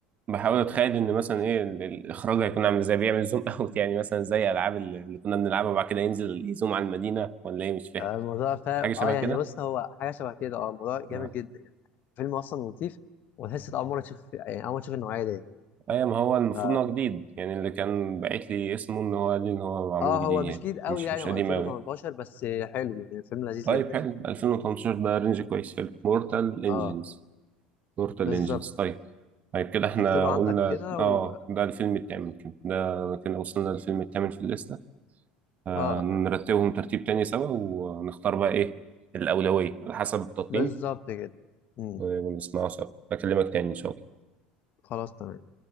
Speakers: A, on the right; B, on the left.
A: بحاول اتخيل ان مثلا ايه ال- الاخراج هيكون عامل ازاي بيعمل زوم اوت <laughs> يعني مثلا زي العاب اللي اللي كنا بنلعبها وبعد كده ينزل يزوم على المدينة ولا ايه مش فاهم
B: آه، الموضوع فاهم
A: حاجة شبه
B: اه يعني
A: كده
B: بص هو حاجه شبه كده اه الموضوع جامد
A: آه.
B: جدا يعني فيلم اصلا لطيف وتحس إنت اول مره تشوف يعني اول مره تشوف النوعيه دي
A: ايوه ما هو المفروض
B: ف
A: ان هو جديد يعني اللي كان باعت لي اسمه ان هو قال لي ان هو معمول
B: اه
A: جديد
B: هو
A: يعني
B: مش جديد قوي
A: مش
B: يعني
A: مش
B: هو
A: قديم
B: 2018
A: قوي
B: بس حلو يعني فيلم لذيذ
A: طيب
B: جدا
A: حلو
B: يعني
A: 2018 ده رينج كويس حلو مورتال انجنز
B: اه
A: مورتال
B: بالظبط
A: انجنز طيب طيب كده احنا
B: فاكتبه عندك
A: قلنا
B: كده
A: اه
B: و اه
A: ده الفيلم التامن كده ده كده وصلنا للفيلم التامن في الليستة آه
B: آه،
A: نرتبهم ترتيب تاني سوا ونختار بقى ايه الأولوية على حسب التقييم
B: بالظبط كده مم.
A: ونسمعه سوا بكلمك تاني ان شاء الله
B: خلاص تمام